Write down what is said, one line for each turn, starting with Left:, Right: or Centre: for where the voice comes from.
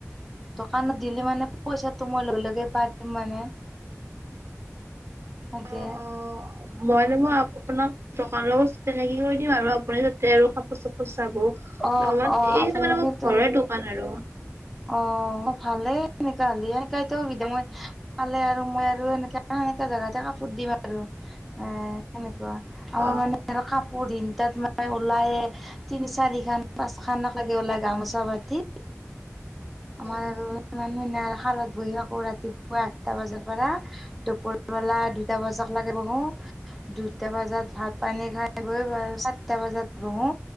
Centre: দো কানত দিলি মানে পইচাতো মই লগে, লগে পাই যাম মানে তাকে
Right: অ অ মই ন, মই আপোনাক দোকান লগত চিনাকি কৰি কৰি দিম আৰু আপুনি তাতে আৰু কাপোৰ চাপোৰ চাব
Centre: অ
Right: আমাৰ,
Centre: অ
Right: এইটো
Centre: আপুনি
Right: মানে
Centre: মোক সেইটো
Right: ঘৰৰ দোকান আৰু।
Centre: অ ভালে এনেকা হ'লে সেনেকাটো সুবিধা মই পালে আৰু মই আৰু এনেকা সেনেকা জোগাতে কাপোৰ দিম আৰু এ, সেনেকুৱা আমাৰ
Right: অ
Centre: মানে কাপোৰ <unintelligible> তাত মানে ওলায়ে তিনি, চাৰি খান-খান লাগে ওলাই গামোচা পাতি আমাৰ
Right: অ',
Centre: আৰু ইমান <unintelligible> শালত বহি থাকো ৰাতিপুৱা আঠটা বজাৰ পৰা, দুপৰবেলা দুটা বজাৰ লৈকে বহো, দুটা বজাত ভাত পানী খাই বৈ বা, চাতটা বজাত বহো,